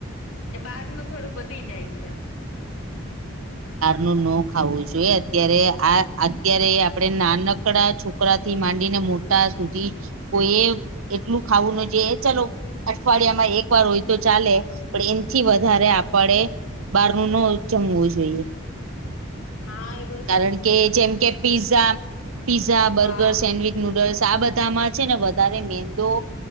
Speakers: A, on the left (about 75°); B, on the right (about 80°).
A: એ બારને થોડુંક વધી જાય છે.
B: ન ખાવું જોઈએ. આપણે અત્યારે નાનકડા છીએ. છોકરાથી માંડીને મોટા સુધી કોઈએ એટલું ખાવું ન જોઈએ, ચાલો. અઠવાડિયામાં એક વાર હોય તો ચાલે, પણ એમથી વધારે આપણે... બહાર નું નો જમવું જોઈએ.
A: હા એ હા એ હા
B: કારણ કે જેમ કે પિઝઝા પીઝઝા બર્ગર
A: હા
B: સેન્ડવીચ--કારણ કે જેમ કે પિઝઝા બગૅર સેન્ડવીચ નૂડલ્સ આ બધામાં છે ને વધારે મેંદો નૂડલ્સ આ બધામાં છે ને વધારે મેંદો